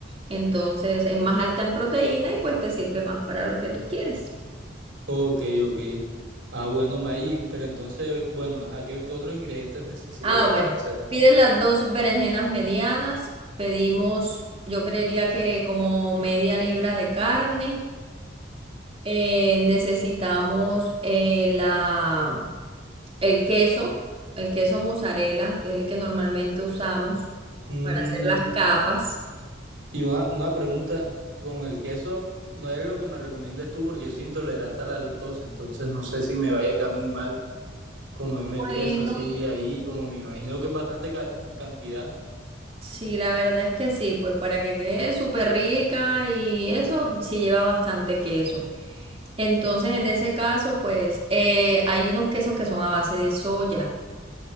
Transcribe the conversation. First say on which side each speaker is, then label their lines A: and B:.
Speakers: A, on the right; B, on the right.
A: Entonces es más alta en proteína y pues te sirve más para lo que tú quieres.
B: Ok, ok. Ah, bueno, Maggi, pero entonces, bueno, ajá, ¿qué, qué otros ingredientes necesito
A: Ah,
B: para
A: bueno,
B: la receta?
A: pides las dos berenjenas medianas, pedimos, yo creería que como media libra de carne, eh, necesitamos eh, la, el queso, el queso mozzarella, que es el que normalmente usamos
B: Mm,
A: para hacer las capas.
B: y una, una pregunta con el queso, ¿no hay algo que me recomiendes tú? Porque yo soy intolerante a la lactosa, entonces no sé si me vaya a caer muy mal. comerme
A: Bueno,
B: el queso así ahí, como me imagino que es bastante cal- cantidad.
A: Sí, la verdad es que sí, pues para que quede súper rica y eso sí lleva bastante queso. Entonces, en ese caso, pues eh, hay unos quesos que son a base de soya.